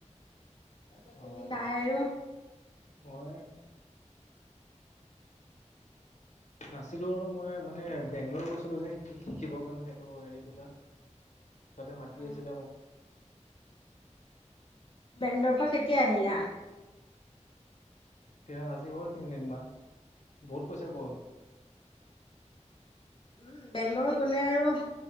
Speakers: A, on the left (about 40°); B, on the left (about 70°).
A: তাৰপিছত তুমি
B: অ',
A: নাই আৰু
B: মই। নাছিলোঁ আৰু মই মানে বেংগলৰ গৈছিলোঁ যে শিকিবৰ কাৰণে এইটো হেৰি কথা। তাতে মাতি
A: অ
B: আছিলে মোক।
A: বেংগলৰ পৰা কেতিয়া আহিলা?
B: তিয়া আজি হ'ল তিনিদিনমান বহুত পইচা গ'ল।
A: উম, বেংগলৰ গ'লে আৰু